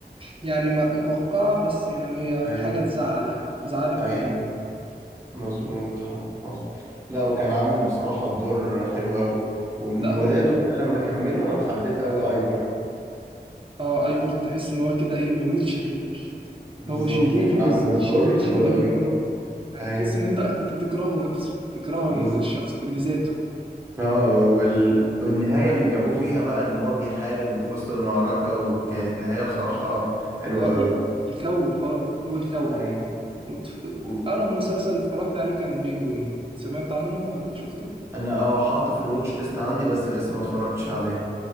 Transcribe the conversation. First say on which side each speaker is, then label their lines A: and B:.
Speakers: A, on the right; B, on the right.
A: يعني ما- متوقعة بس يعني هي
B: ايوه
A: حاجة تزعل يعني زعلتني
B: ايوه
A: أوي
B: مظبوط ح- حصل لا وكان عامل بصراحة الدور حلو قوي ومن
A: لا
B: ولاده
A: هو
B: بقى لما كملوا انا حبيت قوي ايفر
A: اه ايفور تحس ان هو كده ايه مولود شرير
B: بالظبط
A: هو شرير
B: كان
A: بز...
B: عامل الدور
A: شرير
B: حلو
A: شرير
B: قوي
A: اه يعني
B: ايوه
A: تحس ان انت انت تكرهه نفسه تكرهه
B: بالظبط
A: الشخص لذاته
B: اه وال... والنهاية اللي جابوه فيها بقى ان هو بيحارب وفي وسط المعركة وكانت نهاية بصراحة حلوة
A: اه
B: قوي
A: ي- يخوف اه هو يخوف
B: ايوه
A: وت...
B: و-
A: اقرب مسلسل اتفرجت عليه كان بينجوين سمعت عنه ولا شفته؟
B: انا اه حاطه في الواتش ليست عندي بس لسه ما اتفرجتش عليه